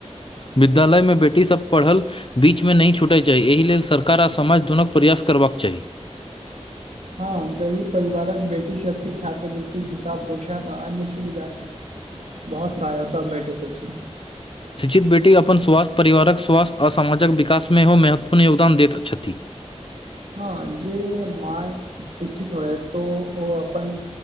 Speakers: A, on the left; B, on the right.
A: विद्यालयमे बेटीसभ पढ़ल बीचमे नहि छूटय चाही एहि लेल सरकार आ समाज दूनू प्रयास करबाक चाही
B: ह हँ गरीब परिवारक बेटी सबके छात्रवृति किताब पोशाक आ अन्य सुविधा छै बहुत सहायता भेटैत अछि
A: शिक्षित बेटी अपन स्वास्थ्य परिवारक स्वास्थ्य आ समाजक विकासमे सेहो महत्वपूर्ण योगदान दैत छथि
B: हँ जेे माय शिक्षित होय तो ओ अपन